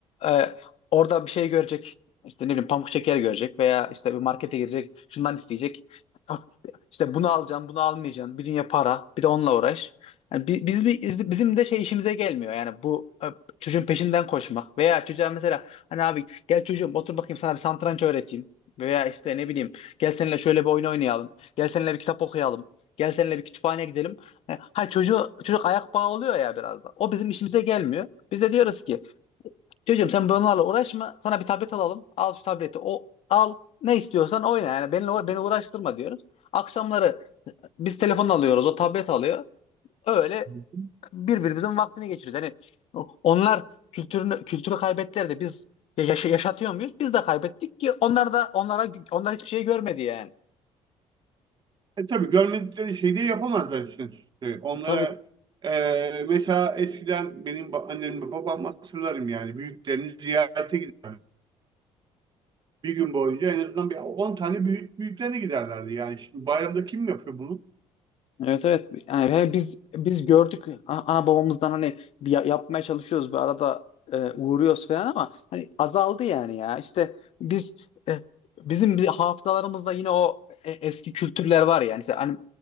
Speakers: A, on the left; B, on the right.
A: e, orada bir şey görecek. İşte ne bileyim pamuk şeker görecek veya işte bir markete girecek şundan isteyecek. Ah, İşte bunu alacağım bunu almayacağım bir dünya para bir de onunla uğraş. Yani bi- biz, biz- bizim de şey işimize gelmiyor. Yani bu e, çocuğun peşinden koşmak veya çocuğa mesela hani abi gel çocuğum otur bakayım sana bir satranç öğreteyim veya işte ne bileyim gel seninle şöyle bir oyun oynayalım gel seninle bir kitap okuyalım gel seninle bir kütüphaneye gidelim ha ha, çocuğu çocuk ayak bağı oluyor ya biraz da o bizim işimize gelmiyor biz de diyoruz ki çocuğum sen bunlarla uğraşma sana bir tablet alalım al şu tableti o al ne istiyorsan oyna yani beni beni uğraştırma diyoruz akşamları biz telefon alıyoruz o tablet alıyor öyle
B: Hı hı.
A: birbirimizin vaktini geçiriyoruz. Yani o- onlar kültürünü kültürü kaybettiler de biz ya- yaşa- yaşatıyor muyuz? Biz de kaybettik ki onlar da onlara onlar hiçbir şey görmedi yani.
B: E tabii görmedikleri şeyi de yapamazlar işte. E, Onlara
A: Tabii
B: e, mesela eskiden benim ba- annem ve babam hatırlarım yani büyüklerini ziyarete giderler. Bir gün boyunca en azından bir 10 tane büyük büyüklerine giderlerdi. Yani şimdi bayramda kim yapıyor bunu?
A: evet evet yani he- biz biz gördük a- ana babamızdan hani bir ya- yapmaya çalışıyoruz bir arada e, uğruyoruz falan ama hani azaldı yani ya işte biz e, bizim bir hafızalarımızda yine o e, eski kültürler var yani işte hani